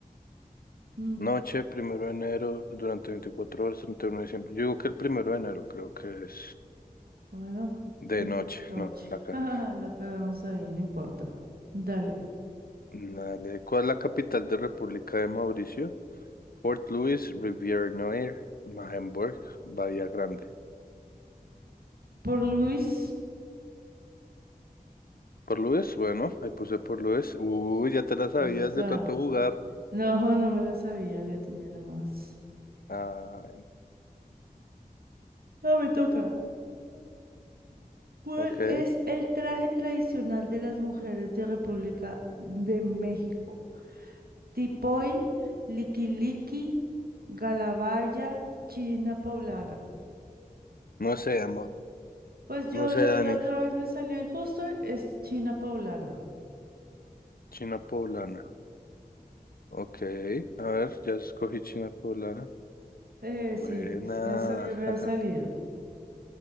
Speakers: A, on the right; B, on the left.
A: Mm,
B: Noche, primero de enero, durante 24 horas, 31 de diciembre. Yo digo que el primero de enero creo que es
A: bueno,
B: de
A: mm,
B: noche,
A: noche.
B: no, la
A: <laughs>
B: ca-
A: Jajaja, La cagamos ahí, no importa. Dale.
B: Dale. ¿Cuál es la capital de República de Mauricio? Port Louis, Rivière Noire, Marenburg, Bahía Grande.
A: Por Luis.
B: Por Louis, bueno, ahí puse por Louis. Uy, ya te la sabías
A: Esa.
B: de tanto jugar.
A: No, no me la sabía, le atiné nomás.
B: Ah,
A: Ah, me toca. ¿Cuál
B: ok.
A: es el traje tradicional de las mujeres de República de México? Tipoy, liquiliqui, galabaya, china poblana.
B: No sé, amor.
A: Pues yo
B: No sé,
A: le-
B: Dani.
A: la otra vez me salió y justo es china poblana.
B: China poblana. Ok. A ver, ya escogí China poblana.
A: Eh,
B: Buena.
A: sí, es que eso ya me
B: <laughs>
A: ha salido.